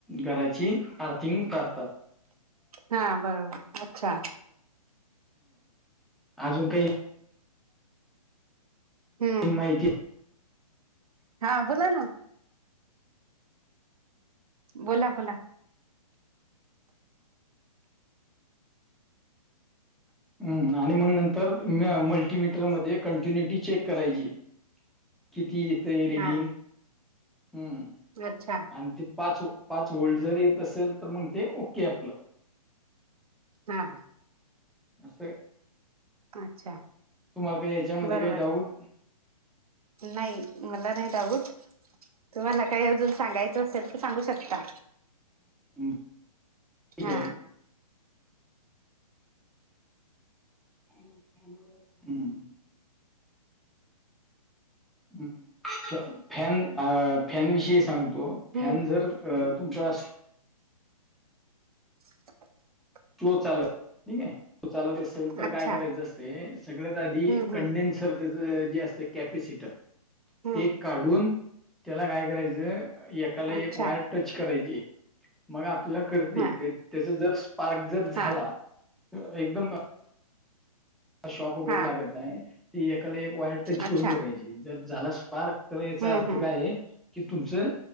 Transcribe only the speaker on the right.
हा बरोबर. अच्छा.
हम्म.
हा बोला ना. बोला बोला.
हा
अच्छा.
हां.
अच्छा
बरोबर
नाही. मला नाही डाऊट. तुम्हाला काही अजून सांगायचं असेल. त सांगू शकता.
हा
हम्म
<unintelligible>
अच्छा
हम्म
हम्म
हम्म
अच्छा
हा
हा
हा
अच्छा
हम्म
हम्म